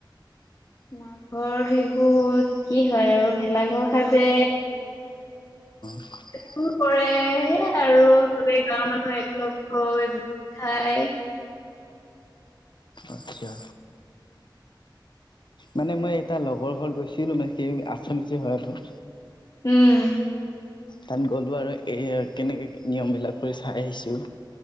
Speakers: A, on the left; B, on the left.
A: মাঘৰ বিহুত কি হয় আৰু ভেলাঘৰ সাজে,
B: <inaudible>
A: চুৰ কৰে। সেয়াই আৰু চবেই গাঁৱৰ মানুহ একলগ হৈ গোট খাই
B: আচ্ছা। মানে মই এটা লগৰ ঘৰত গৈছিলো মানে সেই আছামিছে হয় আৰু।
A: উম।
B: তাত গ'লো আৰু এ কেনেকে নিয়ম বিলাক হয় চাই আহিছো।